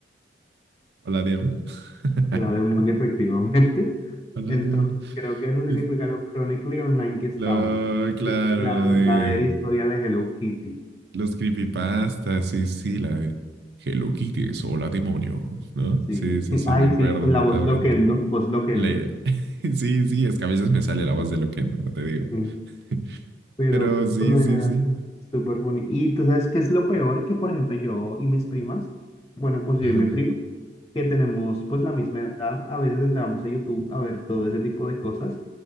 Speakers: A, on the right; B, on the left.
A: Hola, diablo. <laughs>
B: una demonio efectivamente.
A: Hola,
B: Entonces,
A: diablo.
B: creo que eso significa
A: Es-
B: lo chronically online que estábamos.
A: Lo, claro,
B: Tipo, la
A: lo
B: verdadera
A: de.
B: historia de Hello Kitty.
A: Los creepypastas, sí, sí, la de Hello Kitties, hola demonios, ¿no?
B: Sí.
A: Sí, sí,
B: <laughs>
A: sí,
B: Ay,
A: me acuerdo
B: sí, con
A: totalmente.
B: la voz Loquendo, voz Loquendo.
A: La- <laughs> Sí, sí, es que a veces me sale la voz de lo que no, no te digo.
B: <laughs>
A: <laughs>
B: pero
A: Pero sí,
B: por lo
A: sí,
B: general,
A: sí.
B: súper funny. Y tú sabes qué es lo peor que, por ejemplo, yo y mis primas, bueno, pues
A: Ajá,
B: yo y mi primo, que tenemos pues la misma edad, a veces entramos a YouTube a ver todo ese tipo de cosas.